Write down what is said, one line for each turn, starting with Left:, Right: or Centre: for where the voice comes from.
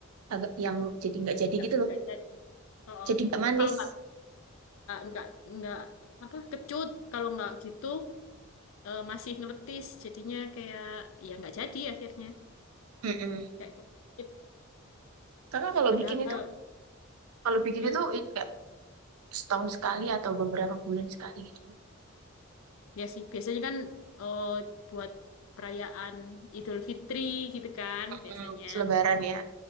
Right: agak yang jadi nggak jadi
Left: nggak
Right: gitu loh,
Left: nggak jadi oh, oh.
Right: jadi nggak manis.
Left: Kalau nggak nggak nggak apa kecut kalau nggak gitu eh, masih ngeletis jadinya kayak ya nggak jadi akhirnya
Right: Mm-mm.
Left: kayak kulit.
Right: Kakak kalau
Left: padahal
Right: bikin itu, kalau bikin
Left: hmm,
Right: itu ini setahun sekali atau beberapa bulan sekali gitu.
Left: ya sih biasanya kan eh, buat perayaan Idul Fitri gitu kan biasanya
Right: Mm, pas Lebaran ya,